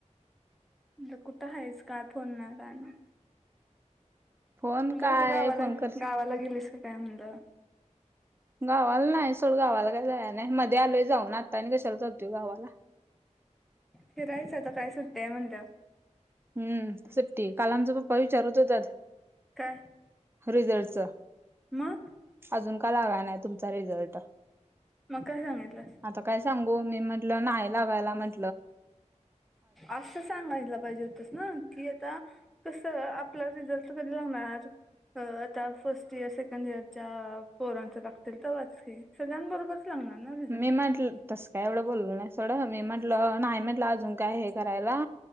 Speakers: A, in the centre; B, on the right (about 20°).
A: म्हणलं, कुठं हायस? काय, फोन नाय? काय नाय
B: फोन
A: म्हणलं,
B: काय
A: कुठं गावाला
B: फोन कर
A: गावाला गेलीस का? काय म्हणलं.
B: गावाला नाय सोडं, गावाला काय जायाय नाय. मध्ये आलोय, जाऊन आता आणि कशाला जातुय गावाला?
A: फिरायचं आता काय, सुट्टीये म्हणलं.
B: हं, सुट्टी काल आमचं पप्पा विचार होतत.
A: काय
B: रिझल्टच
A: मग
B: अजून का लागाय नाय? तुमचा रिझल्ट?
A: म काय सांगितलंस?
B: आता काय सांगू, मी म्हटलं नाई लागायला म्हण
A: असं सांगायला पाहिजे हुतस. की आता कसं, आपला रिझल्ट कधी लागणार? अं.. आता फर्स्ट इयर, सेकंड इयरच्या पोरांच लागतील तव्हाच की सगळ्यांबरोबर? लागणार ना रिझल्ट
B: मी म्हटलं. तस काय एवढं बोललं नाही सोडं मी म्हंटलं नाही म्हंटलं अजून काय हे करायला.